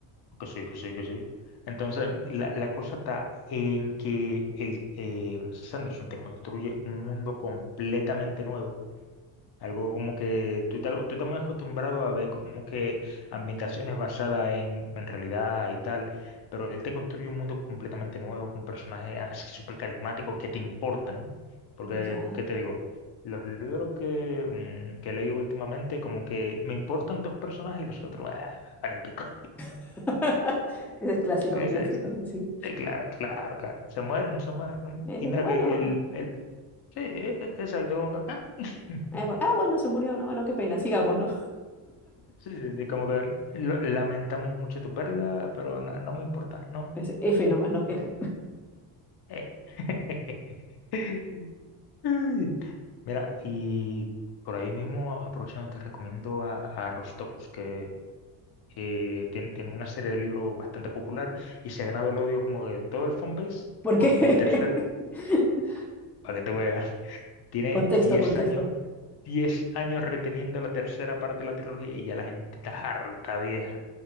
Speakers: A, on the left; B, in the centre.
A: Que sí, que sí, que sí. Entonces, la, la cosa está en que el, eh, Sanderson te construye un mundo completamente nuevo. Algo como que tú, te- tú estás muy acostumbrado a ver como que ambientaciones basadas en, en realidad y tal, pero él te construye un mundo completamente nuevo con personajes así súper carismáticos que te importan. Porque,
B: Ya.
A: ¿qué te digo? Los libros que, mm, que he leído últimamente, como que me importan dos personajes y los otros, ah, valen pico.
B: <laughs> Ese es clásico,
A: <laughs>
B: clásico, sí.
A: Eh, claro, claro, claro. Se mueren, se mueren.
B: Eh,
A: Y mira
B: Bueno,
A: que el, el sí, e- e- exacto, como que, ah. <laughs>
B: eh, bu- ah, bueno, se murió, no, bueno, qué pena, sigamos, ¿no?
A: Sí, sí, sí, como que lo- lamentamos mucho tu pérdida, pero no, no me importa, no.
B: Es F
A: Mm,
B: nomás,
A: mm,
B: ¿no? F.
A: no. Eh. <laughs> Ay. Mira, y por ahí mismo, aprovechando, te recomiendo a, a Rostopus, que eh, tien- tiene, una serie de libros bastante popular y se ha ganado el odio como de todo el fanbase,
B: Porque
A: porque el tercer,
B: <laughs>
A: para que te veas. Tiene
B: contexto,
A: 10
B: contexto.
A: años, 10 años reteniendo la tercera parte de la trilogía y ya la gente está harta, vieja.